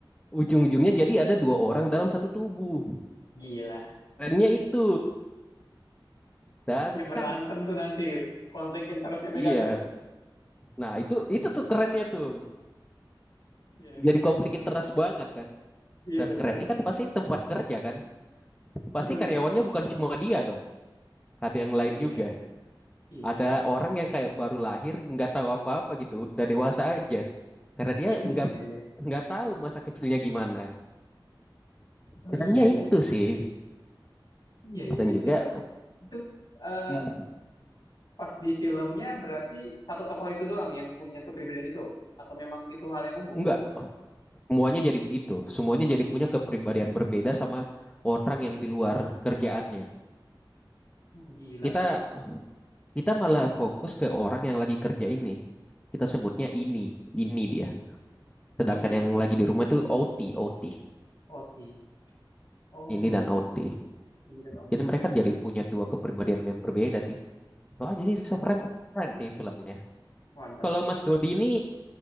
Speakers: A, on the left; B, on the left.
A: ujung-ujungnya jadi ada dua orang dalam satu tubuh.
B: Gila.
A: Kerennya itu. Dan
B: Nggak berantem
A: kan,
B: tuh nanti. Konflik interestnya beda
A: iya.
B: tuh.
A: Nah, itu itu tuh kerennya tuh.
B: Iya,
A: Jadi
B: iya,
A: konflik
B: iya.
A: interest banget kan.
B: Iya,
A: Dan
B: betul.
A: kerennya kan pasti tempat kerja kan.
B: mm
A: Pasti karyawannya bukan cuma dia dong. Ada yang lain
B: Iya,
A: juga.
B: iya.
A: Ada orang yang kayak baru lahir, nggak tahu apa-apa gitu, udah dewasa aja. karena dia
B: Oh,
A: nggak
B: iya, ya.
A: nggak tahu masa kecilnya gimana.
B: Oh,
A: Kerennya
B: iya, ya.
A: itu sih
B: Iya, ya
A: dan
B: Jadi
A: juga
B: tipe itu eh,
A: mm,
B: pas di filmnya berarti satu tokoh itu doang yang punya kepribadian itu atau memang itu hal yang umum?
A: nggak semuanya jadi begitu, semuanya jadi punya kepribadian berbeda sama orang yang di luar kerjaannya.
B: Oh, gila.
A: Kita kita malah fokus ke orang yang lagi kerja ini. Kita sebutnya ini, ini dia. Sedangkan
B: Ini
A: yang lagi di rumah itu OT, OT.
B: OT. Oh,
A: Ini dan OT.
B: ini dan OT.
A: Jadi mereka jadi punya dua kepribadian yang berbeda sih. Wah jadi sih, so friend, friend sih filmnya.
B: Mantap.
A: Kalau Mas Dodi ini